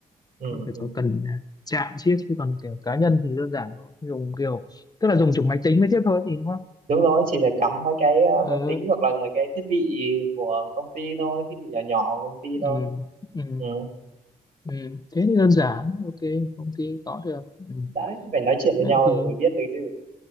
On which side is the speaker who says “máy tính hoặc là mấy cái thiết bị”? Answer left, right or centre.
Right